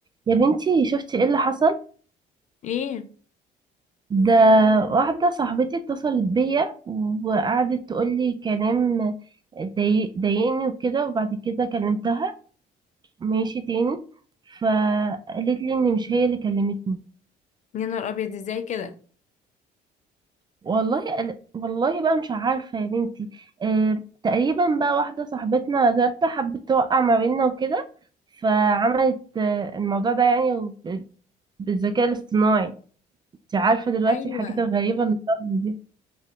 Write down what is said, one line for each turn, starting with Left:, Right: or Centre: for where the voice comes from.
Right: يا بنتي شفتي ايه اللي حصل
Left: ايه
Right: ده واحدة صاحبتي اتصلت بيا وقعدت تقولي كلام ضايق- ضايقني وكده وبعد كده كلمتها ماشي تاني فقالت لي ان مش هي اللي كلمتني
Left: يا نهار ابيض ازاي كده
Right: والله قال- والله بقى مش عارفة يا بنتي اه تقريبا بقى واحدة صاحبتنا جارتها حبت توقع ما بيننا وكده فعملت آه، الموضوع ده يعني وب- بالذكاء الاصطناعي انت عارفة دلوقتي
Left: ايوه
Right: الحاجات الغريبة اللي بتحصل دي